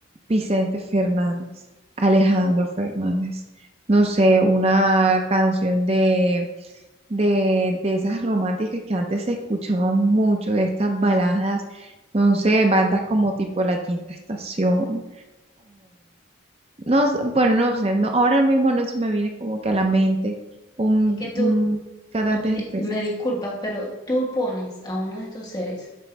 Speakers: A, on the right; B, on the left.
A: Vicente Fernández, Alejandro Fernández, no sé, una canción de, de, de esas románticas que antes se escuchaban mucho, de estas baladas, no sé, bandas como tipo La Quinta Estación, no, s- bueno, no sé, no, ahora mismo no se me viene como que a la mente un,
B: Es que tú,
A: un cantante
B: Tú me,
A: en
B: di-
A: específico.
B: me disculpas, pero tú pones a uno de estos seres